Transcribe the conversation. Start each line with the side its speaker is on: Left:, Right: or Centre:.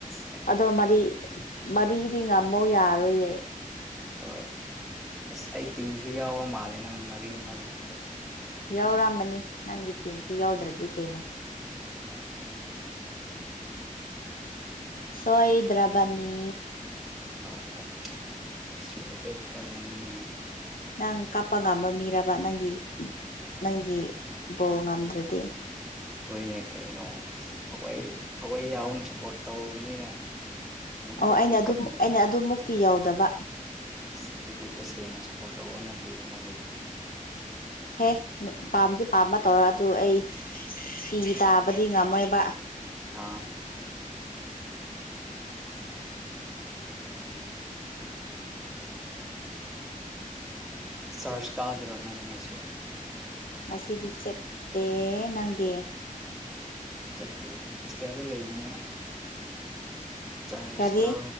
Centre: ꯑ
Left: ꯑꯗꯣ ꯃꯔꯤ ꯃꯔꯤꯗꯤ ꯉꯝꯃꯧ ꯌꯥꯔꯣꯏꯌꯦ
Centre: ꯍꯣꯏ ꯑꯁ ꯑꯩ ꯇꯤꯝꯁꯨ ꯌꯥꯎꯕ ꯃꯥꯜꯂꯦ ꯅꯪ ꯃꯔꯤ ꯃꯅꯨꯡꯗ
Left: ꯌꯥꯎꯔꯝꯕꯅꯤ ꯅꯪꯒꯤ ꯇꯤꯝꯁꯨ ꯌꯥꯎꯗ꯭ꯔꯗꯤ꯭ꯔꯤ ꯀꯩꯅꯣ
Centre: ꯍꯣꯏ
Left: ꯁꯣ ꯏꯗ꯭ꯔꯥꯕꯅꯤ
Centre: ꯍꯣꯏ ꯍꯣꯏ ꯁꯗ꯭ꯔꯕꯅꯤꯅꯦ
Left: ꯅꯪ ꯀꯥꯞꯄ ꯉꯥꯝꯕ ꯃꯤꯔꯕ ꯅꯪꯒꯤ ꯅꯪꯒꯤ ꯕꯣꯜ ꯉꯝꯗ꯭ꯔꯗꯤ
Centre: ꯍꯣꯏꯅꯦ ꯀꯥꯏ ꯅꯣ ꯊꯏ ꯊꯋꯥꯏ ꯌꯥꯎꯅ ꯁꯞꯄꯣꯔꯠ ꯇꯧꯕꯅꯤꯅ ꯉꯝꯗ꯭ꯔꯗꯤ
Left: ꯑꯣ ꯑꯩꯅ ꯑꯗꯨꯝ
Centre: ꯀꯞꯅꯤ
Left: ꯑꯩꯅ ꯑꯗꯨꯃꯨꯛꯇꯤ ꯌꯧꯗꯕ
Centre: ꯁꯤꯗꯤ ꯏ ꯇꯁꯦꯡ ꯁꯄꯣꯔꯠꯣ ꯑꯣ ꯅꯠꯇ ꯅꯪꯗꯤ
Left: ꯍꯦ ꯄꯥꯝꯗꯤ ꯄꯥꯝꯕ ꯇꯧꯔ ꯑꯗꯨ ꯑꯩ ꯄꯤ ꯇꯥꯕꯗꯤ ꯉꯝꯃꯣꯏꯕ
Centre: ꯑꯥ ꯑ ꯁꯔꯁ ꯀꯥꯎ꯭ꯔꯣ ꯅꯪꯅꯤꯡ ꯉꯁꯤ
Left: ꯉꯁꯤꯗꯤ ꯆꯠꯇꯦ ꯅꯪꯗꯦ
Centre: ꯆꯠꯇꯦ ꯍꯣꯁꯇꯦꯜꯗꯣ ꯂꯩꯕꯅꯤꯅ ꯆꯔꯁꯀ
Left: ꯀꯔꯤ